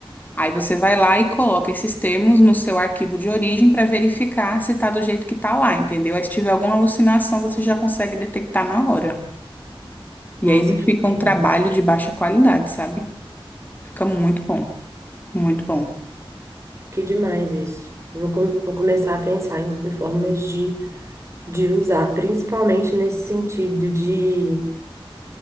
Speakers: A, on the left; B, on the right.
A: Aí você vai lá e coloca esses termos no seu arquivo de origem para verificar se tá do jeito que tá lá, entendeu? Aí se tiver alguma alucinação, você já consegue detectar na hora. E
B: Nossa,
A: aí não
B: que
A: fica um
B: demais.
A: trabalho de baixa qualidade, sabe? Fica muito bom, muito bom.
B: Que demais isso. Vou, com- vou começar a pensar em, em formas de, de usar, principalmente nesse sentido de